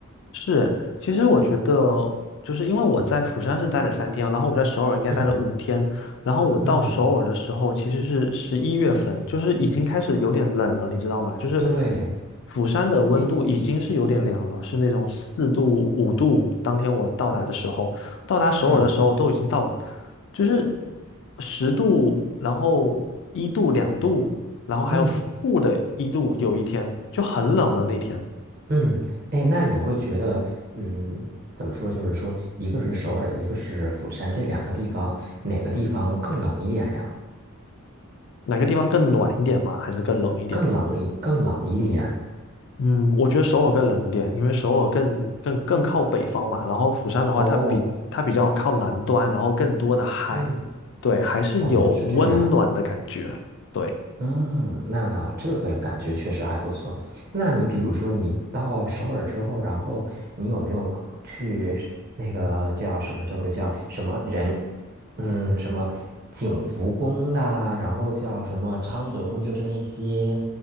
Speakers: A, on the left (about 60°); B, on the right (about 45°).
A: 是，其实我觉得，就是因为我在釜山是待了三天，然后我在首尔应该待了五天，
B: 嗯
A: 然后我到首尔的时候其实是十一月份，
B: 嗯，
A: 就是已经开始有点冷了，你知道吗？就是
B: 对。
A: 釜山的温度已经是有点凉了，
B: 哎。嗯
A: 是那种四度五度。当天我到达的时候，
B: 嗯
A: 到达首尔的时候都已经到，
B: 嗯
A: 就是十度，然后一度两度，然后还有负的一度，
B: 嗯
A: 有一天就很冷了那天。
B: 嗯，哎，那你会觉得，嗯，怎么说？就是说，一个是首尔，一个是釜山，这两个地方，哪个地方更冷一点呀？
A: 哪个地方更暖一点吗？还是更冷一点？
B: 更冷一更冷一点。
A: 嗯，我觉得首尔更冷一点，因为首尔更更更靠北方嘛。然后釜山的话，
B: 哦，
A: 它比它比较靠南端，然后更多的海，
B: 嗯，
A: 对，还是有温暖的感觉。
B: 哦，是这样。
A: 对，
B: 嗯，那这个感觉确实还不错。那你比如说，你到首尔之后，然后你有没有去那个叫什么，就是叫什么人，嗯，什么景福宫啦，然后叫什么昌德宫，就是那些